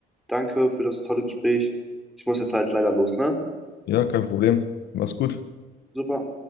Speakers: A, in the centre; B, on the left.
A: Danke für das tolle Gespräch. Ich muss jetzt halt leider los, ne?
B: Ja, kein Problem. Mach's gut.
A: Super.